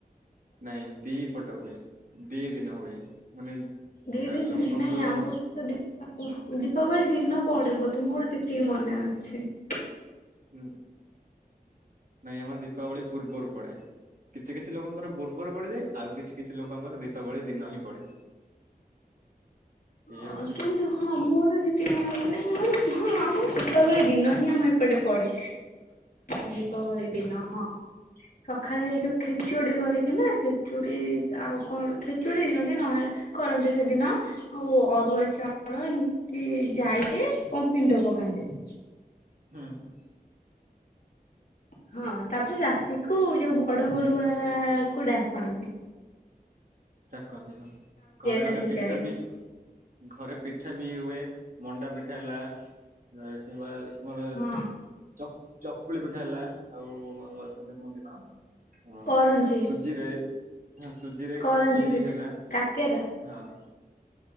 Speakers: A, on the right (about 60°); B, on the left (about 60°).
A: ନାଇଁ ଦି ପଟ ହୁଏ ଦିଇ ଦିନ ହୁଏ। ମାନେ
B: ଦେଇ ଦେଇ
A: ଲୋକଙ୍କର
B: ନୁହେଁ ନାଇଁ ଆମର ତ ଦୀପାବଳୀ ଦୀପାବଳି ଦିନ ପଡେ ବୋ ତ ମୋର ଯେତିକି ମନେ ଅଛି ।
A: ଉ ନାଇଁ ଆମର ଦୀପାବଳି ପୂର୍ବରୁ ପଡେ କିଛି କିଛି ଲୋକଙ୍କର ପୂର୍ବରୁ ପଡିଯାଏ ଆଉ କିଛି କିଛି ଲୋକଙ୍କର ଦୀପାବଳି ଦିନ ହିଁ ପଡେ। ଏଇଆ
B: ଅ
A: ହଉଛି
B: କିନ୍ତୁ ହଁ ମୋର ଯେତିିକି ମାନେ ଅଛି ନାଇଁ ମାନେ ହଁ ଆମର ହଁ ଆମର ଦୀପାବଳି ଦିନ ହିଁ ଆମ ଏପଟେ ପଡେ ଦୀପାବଳି ଦିନ ହଁ ସକାଳେ ଯୋଉ ଖେଚୁଡି କରିକି ନା ଖେଚୁଡି ଆଉ କଣ ଖେଚୁଡି ଦିଅନ୍ତି ନହେଲେ କରନ୍ତି ସେଦିନ ଆଉ ଅରୁଆ ଚାଉଳ ଏମିତି ଜାଇ ରେ କଣ ପିଣ୍ଡ ପକାନ୍ତି ।
A: ହୁଁ ହୁଁ।
B: ହଁ ତାପରେ ରାତିକୁ ଯୋଉ ବଡ ବଡୁଆ କୁ ଡାକନ୍ତି ।
A: ସା ଡ଼ାକନ୍ତି ହଁ ଘରେ ଘରେ
B: କାଠି
A: ପିଠା
B: ଜାଳିକି।
A: ବି ଘରେ ପିଠା ବି ହୁଏ। ମଣ୍ଡା ପିଠା ହେଲା। <unintelligible>
B: ହଁ
A: ଚକୁଳି ପିଠା ହେଲା ଆଉ ଆମର ସେଇଟା କୁହନ୍ତି କଣ ହଁ ହଁ
B: କରଞ୍ଜି
A: ସୁଜିରେ ହଁ ସୁଜିରେ
B: କରଞ୍ଜି
A: ଖିରି
B: ପିଠା
A: ହେଲା
B: କାକେରା
A: ହଁ ।